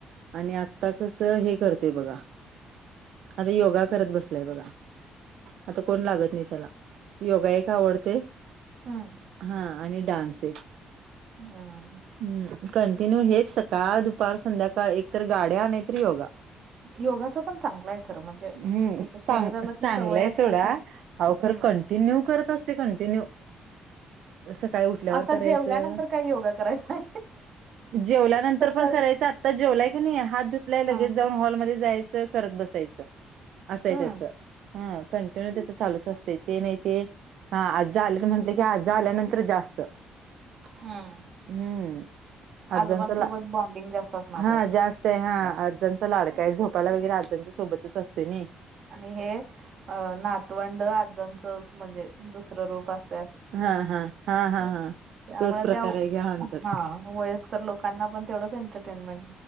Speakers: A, on the right; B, on the right.
A: आणि आत्ता कसं हे... करतय बघा आता योगा करत बसलाय बगा आता कोण लागत नाई त्याला... योगा एक आवडतय
B: हुं.
A: हा... आणि डान्स एक
B: हम्म
A: हम्म... कंटिन्यू हेच सकाळ, दुपार, संध्याकाळ... एकतर गाड्या नायतर योगा
B: योगाचं पण चांगलं आहे खरं म्हणजे
A: हम्म...
B: त्याच्या शरीराला
A: चां...
B: ती
A: चांगलंय
B: सवय असली
A: सोडा,
B: तर
A: अहो खरं
B: हम्म
A: कं न्यू करत असते... कंटिन्यू... सकाळी उठ ल्या
B: आता
A: वर करायचं...
B: जेवल्यानंतर काही योगा करायचा आहे
A: जेवल्यानं
B: सकाळी
A: पण करायचं... आत्ता जेवलाय की नई... हात धुतलाय... लगेच
B: हा
A: जाऊन हॉलमध्ये जायचं, करत बसायचं असं ए
B: हम्म
A: त्याचं... हा, कंटिन्यू त्याच चालूच असतं... ते नई ते हा... आज्या आलं म्हटलं की, आज्या आल्यानंतर जास्त
B: हम्म
A: हम्म... आज्यांचा
B: आजोबांसोबत
A: ला
B: बॉन्डिंग जास्त असणार
A: हा...
B: त्याचा
A: जास्त है... हा अज्ज्यांचा लाडका ए... झोपायला वगैरे... आज्यांच्यासोबतच असतोय नई
B: आणि हे... अ... नातवंड, आजांचं म्हणजे दुसरं रूप अस
A: हाहा... हा हा हा.
B: त्यामुळे
A: तोच प्रकार
B: त्या...
A: आहे घ्या आमच्यात
B: हा... वयस्कर लोकांना पण तेवढंच एंटरटेनमेंट